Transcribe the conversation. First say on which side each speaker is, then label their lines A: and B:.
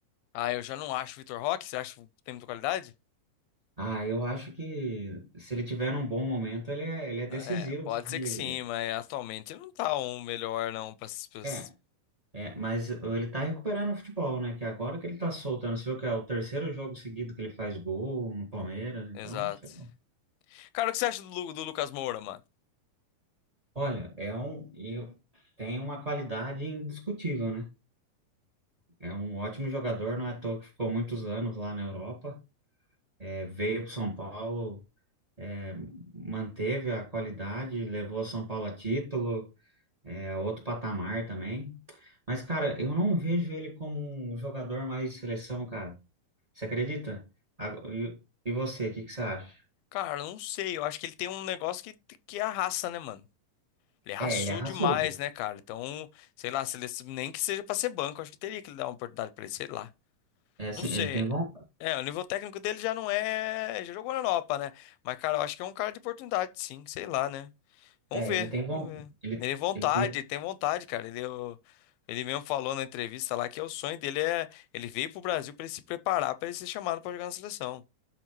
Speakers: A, on the left; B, on the right.
A: Ah, eu já não acho o Vitor Roque. Você acha que tem muita qualidade?
B: Ah, eu acho que se ele tiver um bom momento, ele é, ele é decisivo.
A: É, pode
B: assim,
A: ser que
B: ele,
A: sim, mas atualmente ele não tá um melhor, não. Pra... essas
B: é, é, mas ele tá recuperando o futebol, né? Que agora que ele tá soltando, você viu que é o terceiro jogo seguido que ele faz gol no Palmeiras, então,
A: Exato.
B: sei lá.
A: Cara, o que você acha do, Lu- do Lucas Moura, mano?
B: Olha, é um, eu, tem uma qualidade indiscutível, né? É um ótimo jogador, não é à toa que ficou muitos anos lá na Europa. É, veio para São Paulo, é, manteve a qualidade, levou São Paulo a título, é, a outro patamar também. Mas, cara, eu não vejo ele como um jogador mais de seleção, cara. Você acredita? A- E e você, o que que você acha?
A: Cara, eu não sei. Eu acho que ele tem um negócio que, que é a raça, né, mano? Ele é
B: É, ele é raçudo.
A: demais, né, cara? Então, sei lá, se ele, nem que seja pra ser banco, acho que teria que dar uma oportunidade pra ele, sei lá.
B: É, sim,
A: Não sei.
B: ele tem bom.
A: É, o nível técnico dele já não é. Já jogou na Europa, né? Mas, cara, eu acho que é um cara de oportunidade, sim, sei lá, né? Vamos
B: É,
A: ver,
B: ele tem bom.
A: vamos ver.
B: Ele,
A: Ele tem vontade,
B: ele tem.
A: ele tem vontade, cara. Ele, eu- ele mesmo falou na entrevista lá que é o sonho dele é ele veio pro Brasil pra ele se preparar pra ele ser chamado pra jogar na seleção,